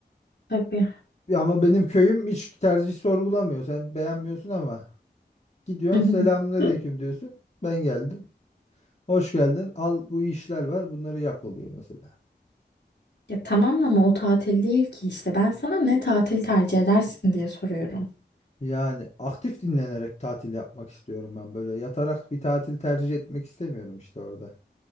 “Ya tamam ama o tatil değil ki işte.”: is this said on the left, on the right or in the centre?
Left